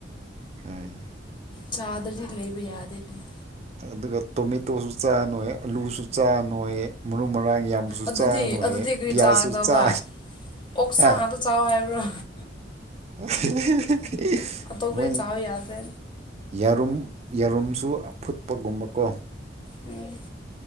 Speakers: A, on the right; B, on the left.
A: ꯎꯝ
B: ꯆꯥꯗꯔꯗꯤ ꯂꯩꯕ ꯌꯥꯗꯦꯅꯦ
A: ꯑꯗꯨꯒ ꯇꯣꯃꯦꯇꯣꯁꯨ ꯆꯥꯅꯣꯌꯦ ꯑꯂꯨꯁꯨ ꯆꯥꯅꯣꯌꯦ ꯃꯔꯨ ꯃꯔꯥꯡ ꯌꯥꯝꯁꯨ
B: ꯑꯗꯨꯗꯤ
A: ꯆꯥꯅꯨꯌꯦ
B: ꯑꯗꯨꯗꯤ ꯀꯔꯤ
A: ꯄꯤꯌꯥꯁꯁꯨ
B: ꯆꯥꯒꯗꯕ
A: ꯆꯥ
B: ꯑꯣꯛꯁꯥ
A: ꯑ
B: ꯉꯥꯛꯇ ꯆꯥꯎ ꯍꯥꯏꯕ꯭ꯔꯣ
A: <unintelligible>
B: ꯑꯇꯣꯞꯄꯗꯤ ꯆꯥꯎ ꯌꯥꯗ꯭ꯔꯦ
A: ꯌꯥꯔꯨꯝ ꯌꯥꯔꯨꯝꯁꯨ ꯑꯐꯨꯠꯄꯒꯨꯝꯕ ꯀꯣ
B: ꯎꯝ